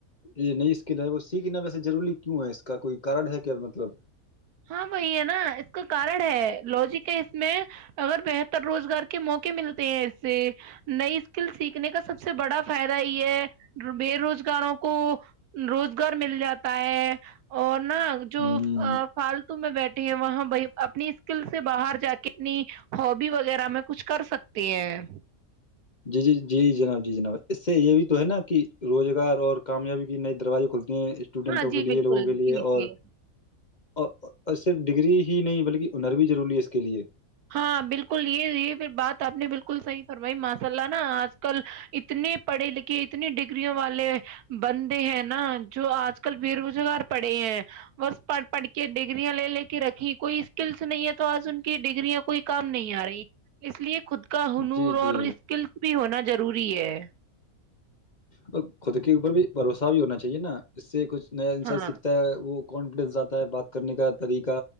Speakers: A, on the left (about 35°); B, on the right (about 85°).
A: یہ نئی اسکل ہے وہ سیکھنا ویسے ضروری کیوں ہے اس کا کوئی کارن ہے کیا مطلب
B: ہاں وہی ہے نا اس کا کارن ہے لوجک ہے اس میں اگر بہتر روزگار کے موقعے ملتے ہیں اس سے نئی اسکل سیکھنے کا سب سے بڑا فائدہ یہ ہے بے روزگاروں کو روزگار مل جاتا ہے اور نہا جو
A: ہ
B: فالتو میں بیٹھے ہیں وہاں ب اپنی اسکل سے باہر جا کے اپنی ہا بی وغیرہ میں کچھ کر سکتے ہیں
A: جی جی جی جناب جی جناب اس سے یہ بھی تو ہے نا کہ روزگار اور کامیابی کے نئے دروازے کھلتے اسٹوڈنٹوں
B: ہاں جی
A: کے لیے
B: بالکل
A: لوگوں کے
B: جی
A: لیے
B: جی
A: اور اور صرف ڈگری ہی نہیں بلکہ اننر بھی ضروری ہے اس کے لیے
B: ہاں بالکل یہ یہ بات آپ نے بالکل صحیح فرمائی ماشاء اللہ نا آج کل اتنے پڑھے لکھے اتنی ڈگریوں والے بندے ہیں نا جو آج کل بے روزگار پڑھے ہیں بس پڑ کہ ڈگرییا لے لے کے رکھی کوئی اسکلس نہیں ہے تو آج ان کی ڈگریاں کوئی کام نہیں آ رہی اس لیے خود کا ہنور
A: جی جی
B: اور اسکلس بھی ہونا ضروری ہے
A: اور خود کے اوپر بھی بھروسہ بھی ہونا چاہیے نا اس سے کچھ نیا انسا
B: ہاں
A: سیکھتا ہے وہ کانفیڈینس آاتا ہے بات کرنے کا طریقہ